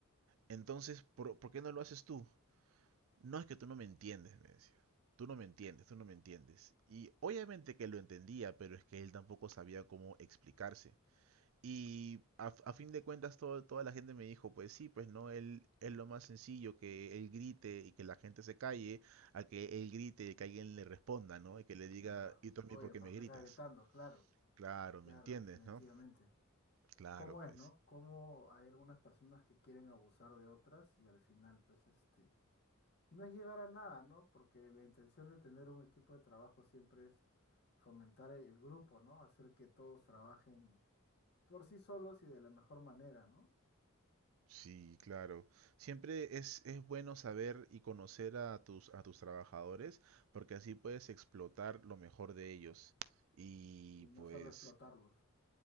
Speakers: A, on the right; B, on the left.
A: Entonces, ¿por, por qué no lo haces tú? No es que tú no me entiendes, me decía. Tú no me entiendes, tú no me entiendes. Y obviamente que lo entendía, pero es que él tampoco sabía cómo explicarse. Y a, a fin de cuentas todo- toda la gente me dijo, pues sí, pues no, él es lo más sencillo que él grite y que la gente se calle, a que él grite y que alguien le responda, ¿no? Y que le diga,
B: claro.
A: ¿y tú a
B: Oye,
A: mí por qué
B: ¿por
A: me gritas?
B: qué estás gritando? Claro,
A: Claro,
B: claro,
A: ¿me entiendes,
B: definitivamente.
A: no? Claro,
B: ¿Cómo es,
A: pues.
B: no? ¿Cómo hay algunas personas que quieren abusar de otras y al final, pues, este... No es llegar a nada, ¿no? Porque la intención de tener un equipo de trabajo siempre es fomentar el grupo, ¿no? Hacer que todos trabajen por sí solos y de la mejor manera, ¿no?
A: Sí, claro. Siempre es, es bueno saber y conocer a tus, a tus trabajadores porque así puedes explotar lo mejor de ellos. Y
B: Y no
A: pues
B: solo explotarlos.